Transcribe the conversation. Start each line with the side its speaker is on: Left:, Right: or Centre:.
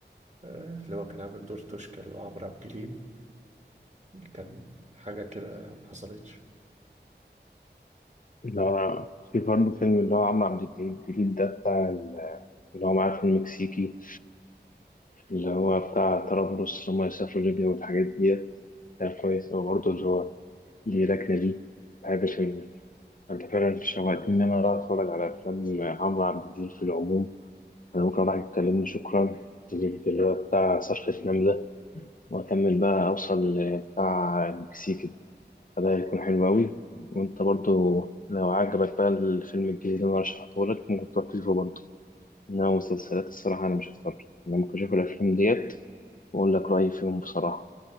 Right: آه، اللي هو كان عامل دور توشكا اللي هو عمرو عبد الجليل كان حاجة كده محصلتش
Left: اللي هو في برضه فيلم اللي هو عمرو عبد الجليل الجديد ده بتاع ال- اللي هو معاه في المكسيكي اللي هو بتاع طرابلس اللي هم يسافروا ليبيا والحاجات ديت كان كويس أوي برضه اللي هو ليه ركنة دي بحب الفيلم ده أنت فعلا شوقتني إن أنا أروح أتفرج على أفلام عمرو عبد الجليل في العموم أنا ممكن أروح أتكلمني شكرا أجيب اللي هو بتاع صرخة نملة وأكمل بقى أوصل لبتاع المكسيك ده فده هيكون حلو أوي وأنت برضه لو عجبك بقى الفيلم الجديد اللي أنا رشحته لك ممكن تروح تشوفه برضه. إنما مسلسلات الصراحة أنا مش هتفرج أنا ممكن أشوف الأفلام ديت وأقول لك رأيي فيهم بصراحة